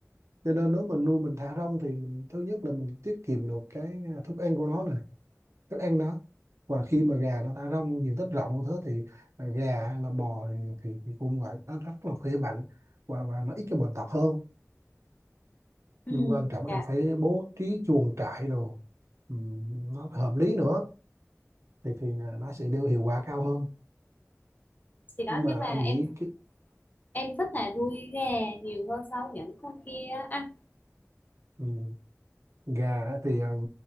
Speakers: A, on the right; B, on the left.
A: cho nên nếu mình nuôi mình thả rông thì mình, thứ nhất là mình tiết kiệm được cái à, thức ăn của nó này thức ăn nó và khi mà gà nó thả rông diện tích rộng như thế thì à, gà hay là bò thì, thì, thì cũng vậy nó rất là khỏe mạnh và và nó ít cái bệnh tật hơn
B: ừ
A: nhưng quan trọng
B: dạ
A: em phải bố trí chuồng trại đồ ừ, nó phải hợp lý nữa thì thì là nó sẽ đưa hiệu quả cao hơn
B: thì đó
A: chứ mà
B: nhưng mà em
A: anh nghĩ cái
B: em thích là nuôi gà nhiều hơn so với những con kia á. À,
A: ừ, gà á thì ừ,